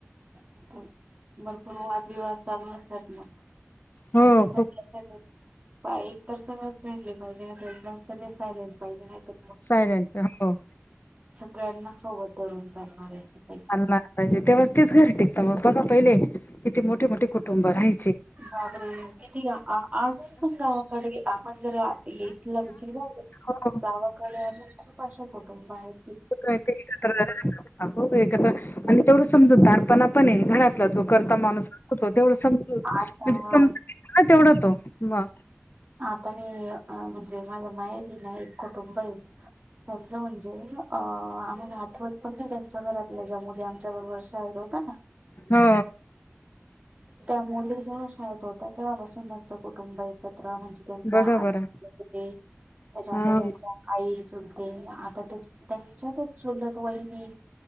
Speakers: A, on the right; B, on the left.
A: <unintelligible> भरपूर वादविवाद चालू असतात नाही
B: हो
A: तर सगळ्यांसोब
B: खूप
A: एक तर सगळ फ्रेंडली पाहिजे ना एकदम सगळे सायलेंट पाहिजे नाही तर
B: सायलेंट हो
A: गळ्यांना सोबत धरून चालणारे असं पाहिजे.
B: <unintelligible> ला पाहिजे तेव्हा तेच घरी टिकत म बघा पयले किती मोठे मोठे कुटुंब राहय
A: बापरे! किती आ अजून पण गावाकडे आपण जर <unintelligible>
B: हो
A: गावाकडे अजून खुप शे कुटुंब आहेत
B: ते एकत्र येतात हो एकत्र राहतात हो आणि तेवढंच समजदार पणा पण घरात तो करता माणूस असतो तेवढ समजत
A: आता
B: म्हणजे समजावतो ना तेवढं तो म
A: आता मी अ म्हणजे माझ्या माहेरी ना, एक कुटुंबय त्यांचं म्हणजे अ आम्हाला आठवत पण नाही त्यांच्या घरातल्या ज्या मुली आमच्या बरोबर शाळेत होत्या ना?
B: हो
A: त्यामुळे जेव्हा शाळेत होत्या, तेव्हापासून त्यांचं कुटुंब एकत्र एकत्र, म्हणजे त्यांच्या
B: बघा
A: आजीे
B: बरं
A: त्याच्यानंतर
B: हा
A: त्यांच्या आई चुलते आता तर त्यांच्यात चुलत तोयनी